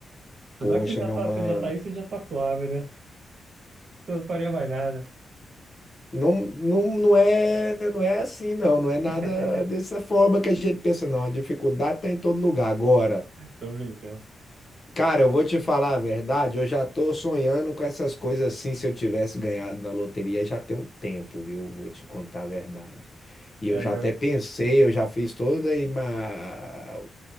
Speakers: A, on the right; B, on the left.
A: Apesar
B: Poxa,
A: que você já
B: meu
A: tá,
B: mano.
A: você já tá aí, você já tá suave, né? Você não faria mais nada.
B: Não, não, não é, não é assim, não. Não
A: <laughs>
B: é nada dessa forma que a gente pensa, não. A dificuldade tá em todo lugar. Agora,
A: Tô brincando.
B: cara, eu vou te falar a verdade, eu já tô sonhando com essas coisas assim. Se eu tivesse ganhado na loteria, já tem um tempo, viu? Vou te contar a verdade. E
A: É
B: eu já
A: mesmo.
B: até pensei, eu já fiz toda a ima-